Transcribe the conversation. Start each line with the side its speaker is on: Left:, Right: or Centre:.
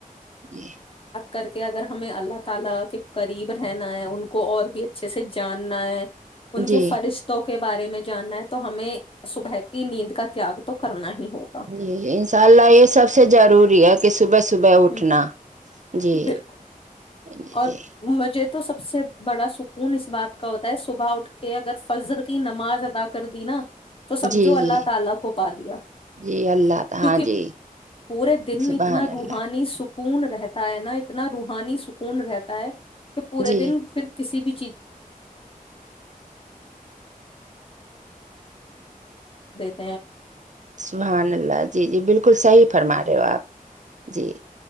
Right: جی
Left: ر کے اگر ہمیں اللہ تعالی کے قریب رہنا ہے ان کو اور بھی جاننا ہے <unintelligible>
Right: جی
Left: ان کے فرشتوں کے بارے میں جاننا ہے تو ہمیں صبح کی نیند کا تیاگ تو کرنا ہی ہوگا
Right: جی اناساء اللہ یہ سب سے ضروری ہے کہ صبحس <unintelligible> صبح
Left: ہوں،
Right: اٹھنا جی
Left: بالکل
Right: جی
Left: اور
Right: جی
Left: مجھے تو سب سے بڑا سکون اس بات کا ہوتا ہے صبح اٹھ کے اگر فضر کی نماز ادا کر دی نا تو سمجھواللہ
Right: جی جی
Left: تعالی کو پا لیاکیونکہ
Right: جی اللہ ہاں جی
Left: پورے دن
Right: سبحان
Left: اتنا
Right: اللہ
Left: روحانی سکھ سکون رہتا ہے نا اتنا روحانی کون رہتا ہے کہ پورے
Right: جی
Left: دن پھر کسی بھی <inaudible>
Right: سحان اللہ جی جی بالکل صحیح فرما رہے ہو آپ جی